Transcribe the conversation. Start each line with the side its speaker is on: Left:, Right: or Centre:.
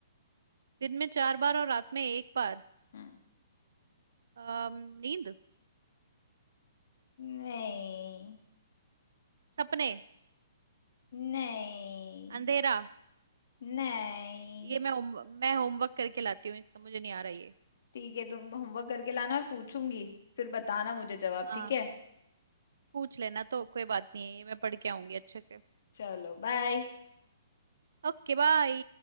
Right: दिन में चार बार और रात में एक बार
Left: हम्म
Right: अम, नींद
Left: नहीं
Right: सपने
Left: नहीं
Right: अंधेरा
Left: नहीं
Right: ये मैं होम, मैं होमवर्क करके लाती हूँ इसका मुझे नहीं आ रहा ये
Left: ठीक है तुम होमवर्क करके लाना मैं पूछूंगी फिर बताना मुझे जवाब
Right: हाँ
Left: ठीक है
Right: पूछ लेना तो कोई बात नहीं है ये मैं पढ़ के आऊंगी अच्छे से
Left: चलो बाय
Right: Okay bye